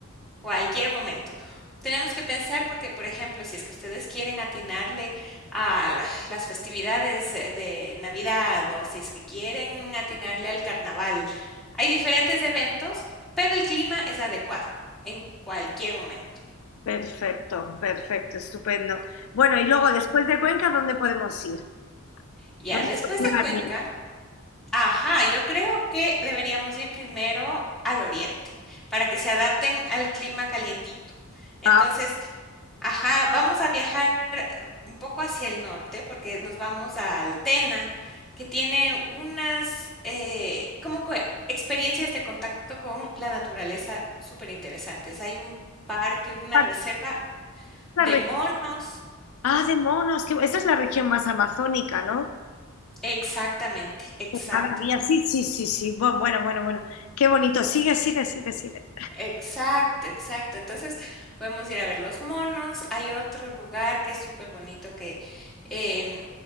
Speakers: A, in the centre; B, on the left (about 75°).
A: Cualquier momento. Tenemos que pensar porque, por ejemplo, si es que ustedes quieren atinarle a la- las festividades eh, de Navidad o si es que quieren atinarle al carnaval, hay diferentes eventos, pero el clima es adecuado en cualquier momento.
B: perfecto, perfecto, estupendo. Bueno, y luego
A: ¿m?
B: después de Cuenca, ¿dónde podemos ir?
A: Ya,
B: ¿Dónde
A: después
B: podemos
A: de Cuenca,
B: ir?
A: ajá, yo creo que deberíamos ir primero al oriente para que se adapten al clima calientito. Entonces,
B: Ah,
A: Ajá, vamos a viajar eh, un poco hacia el norte porque nos vamos a Altena, que tiene unas eh, como que experiencias de contacto con la naturaleza súper interesantes. Hay un parque, una
B: ah,
A: reserva
B: la
A: de
B: re-
A: monos.
B: ah, de monos, que esta es la región más amazónica, ¿no?
A: Exactamente, exacto.
B: Maravilla, sí, sí, sí, sí. Bu- Bueno, bueno, bueno. Qué bonito. Sigue, sigue, sigue, sigue.
A: Exacto, exacto. Entonces, podemos ir a ver los monos. Hay otro lugar que es súper bonito que em,